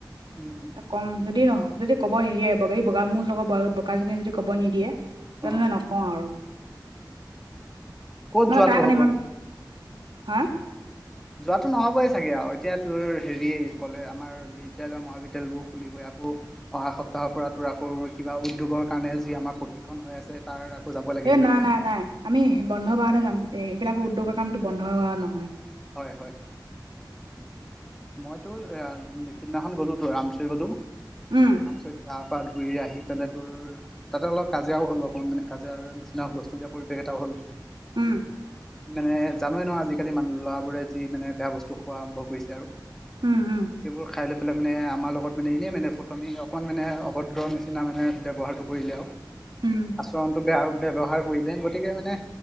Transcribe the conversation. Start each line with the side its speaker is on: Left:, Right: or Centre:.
Centre: উম', উম'।
Right: ক'ম যদি ন' যদি ক'ব নিদিয়ে বগী-বগা মোৰ লগৰ বগাজনীয়ে যদি ক'ব নিদিয়ে তেনেহ'লে
Centre: অ',
Right: নকওঁ আৰু,
Centre: ক'ত
Right: মানে
Centre: যোৱাটো
Right: তাৰ মানে
Centre: হ'ব?
Right: ইমান হা!
Centre: যোৱাটো নহ'বই চাগে আৰু এতিয়া তোৰ হেৰি ক'লে আমাৰ বিদ্যালয় মহাবিদ্যালয়বোৰ খুলিবই আকৌ অহা সপ্তাহৰ পৰা তোৰ আকৌ কিবা উদ্যোগৰ কাৰণে যি আমাৰ প্ৰশিক্ষন হৈ আছে। তাৰ আকৌ যাব লাগিবই
Right: এ নাই-নাই-নাই আমি বন্ধ বাৰতহে যাম, এই এইবিলাক উদ্যোগৰ কামতটো বন্ধ হোৱা নহয়।
Centre: হয়, হয়। মই তোৰ সিদিনাখন গ'লো তোৰ আমচৰি গ'লো,
Right: উম
Centre: আমচৰিত গা-পা ধুই ঘূৰি আহি পেলাই তোৰ তাতে অলপ কাজিয়াও হ'ল। অকমান মানে কাজিয়াৰ নিচিনা হুলস্থলীয়া পৰিৱেশ এটা হ'ল।
Right: উম।
Centre: মানে জানৱে নহয় আজিকালি মানে ল'ৰাবোৰে যি মানে বেয়া বস্তু খোৱা আৰম্ভ কৰিছে আৰু।
Right: উম', উম'।
Centre: সেইবোৰ খাই লৈ পেলাই মানে, আমাৰ লগত মানে এনেই মানে ফুটুৱামি মানে অকণমান মানে অভদ্ৰ নিচিনা মানে ব্যৱহাৰটো কৰিলে আৰু।
Right: উম
Centre: আচৰণটো বেয়া আৰু ব্যৱহাৰ কৰিলে গতিকে মানে।